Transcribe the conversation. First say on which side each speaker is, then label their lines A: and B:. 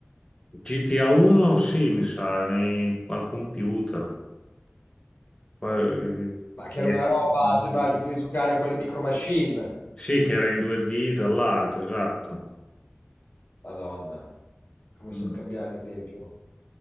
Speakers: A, on the left; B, on the left.
A: GTA 1, sì, mi sa, nei- al computer. Poi-
B: ma
A: che
B: che era
A: era
B: una roba,
A: in 2D.
B: sembrava tipo di giocare con le micro machine.
A: Sì, che era in 2D dall'alto, esatto.
B: Madonna, come
A: Mm.
B: sono cambiati i tempi. oh.